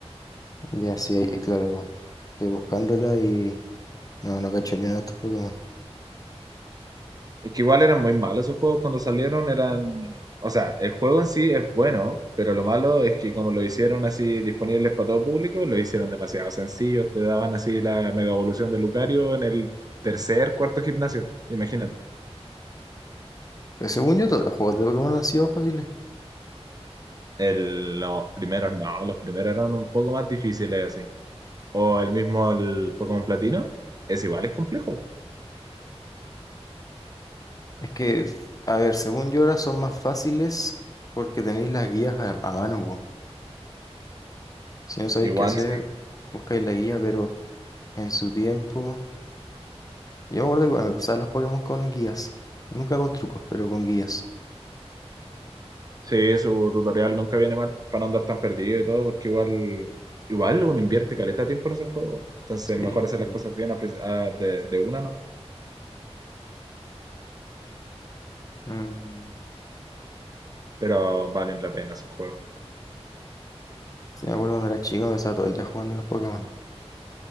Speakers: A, on the left; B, on the right.
A: Ya, sí, ahí- ahí, claro, po. Estoy buscándola y no, no cacho ni uno de estos Pokémon.
B: Es que igual eran muy malos esos juegos cuando salieron, eran... O sea, el juego en sí es bueno, pero lo malo es que como lo hicieron así disponibles para todo público, lo hicieron demasiado sencillo. Te daban así la mega evolución de Lucario en el tercer, cuarto gimnasio, imagínate.
A: Pero según yo, todos los juegos de Pokémon han sido fáciles.
B: El- los primeros no, los primeros eran un poco más difíciles así. O el mismo el Pokémon Platino, es igual, es complejo.
A: Es que, a ver, según yo ahora son más fáciles porque tenéis las guías a, a mano, po. Si no sabéis
B: Igual
A: qué hacer,
B: sí.
A: buscáis la guía, pero en su tiempo. Yo me acuerdo que cuando me pasaban los Pokémon con guías. Nunca con trucos, pero con guías.
B: Sí, su tutorial nunca viene mal para no andar tan perdido y todo, porque igual, igual uno invierte caleta de tiempo en esos juegos. Entonces,
A: Sí.
B: mejor hacer las cosas bien a prin- a- de, de una, ¿no?
A: Mm,
B: Pero valen la pena esos juegos.
A: sí, me acuerdo cuando era chico, me pasaba todo el día jugando a los Pokémon.